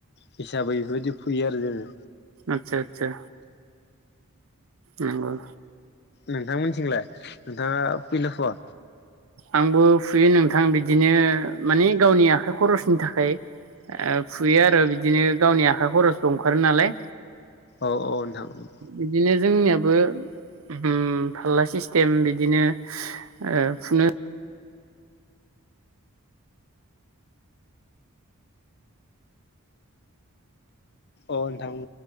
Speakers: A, on the left; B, on the right.
A: हिसाबै बेफोरबायदि फुयो आरो जोङो।
B: आथसा आथसा नंगौ।
A: नोंथांमोनथिंलाय नोंथाङा फुयोना फुया?
B: आंबो फुयो नोंथां बिदिनो मानि गावनि आखाइ खरसनि थाखाय। ओ फुयो आरो बिदिनो गावनि आखाइ खरस अंखारो नालाय
A: औ औ नोंथां
B: बिदिनो जोंनियाबो ओ फाल्ला ओम सिस्टेम बिदिनो ओ फुनो
A: अ नोंथां